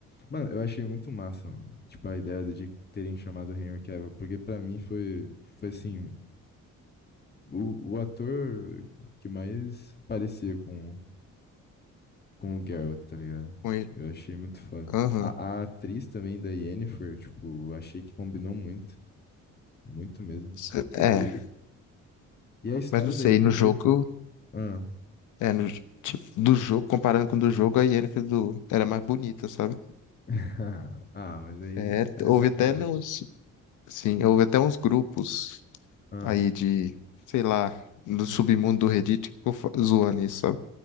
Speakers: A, on the left; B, on the left.
A: mano, eu achei muito massa, mano. Tipo, a ideia de terem chamado Henry Cavill, porque pra mim foi, foi assim. O, o ator que mais parecia com, com o Geralt, tá ligado?
B: Com ele.
A: Eu achei muito foda.
B: Aham.
A: A, a atriz também da Yennefer, tipo, eu achei que combinou muito. Muito mesmo.
B: Se-
A: E,
B: É,
A: e- e- e a história
B: Mas não sei,
A: da Yennefer...
B: no jogo,
A: ta- Ah.
B: é, no, tipo, do jogo, comparando com o do jogo, a Yennefer do, era mais bonita, sabe?
A: <laughs> Ah, mas aí
B: É,
A: é
B: houve
A: sacanagem.
B: até nos, sim, houve até uns grupos
A: Ah,
B: aí de, sei lá, do submundo do Reddit que ficou fa- zoando isso, sabe?